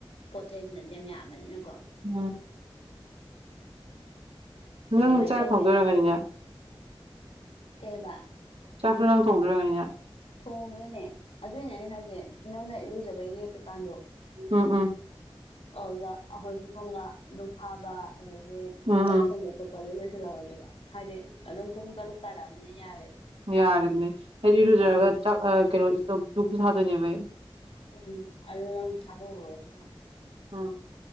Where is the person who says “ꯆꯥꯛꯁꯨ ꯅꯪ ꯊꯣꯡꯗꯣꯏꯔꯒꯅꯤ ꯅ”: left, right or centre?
Right